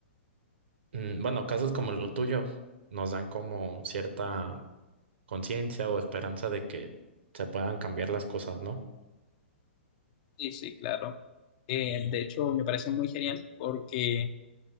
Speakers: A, on the right; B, on the left.
A: mm, bueno, casos como el tuyo nos dan como cierta conciencia o esperanza de que se puedan cambiar las cosas, ¿no?
B: Sí, sí, claro. Eh, de hecho, me parece muy genial porque